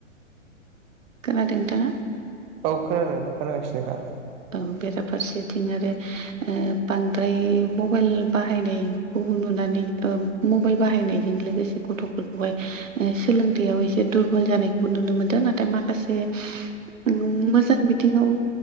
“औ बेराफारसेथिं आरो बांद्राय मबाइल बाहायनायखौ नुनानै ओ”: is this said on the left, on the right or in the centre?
Right